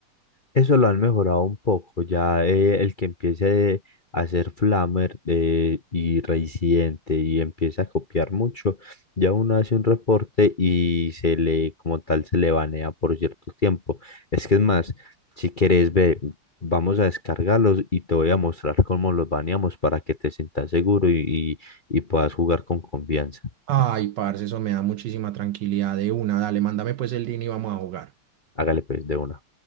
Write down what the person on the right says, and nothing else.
Ay, parce, eso me da muchísima tranquilidad de una. Dale, mándame pues el link y vamos a jugar.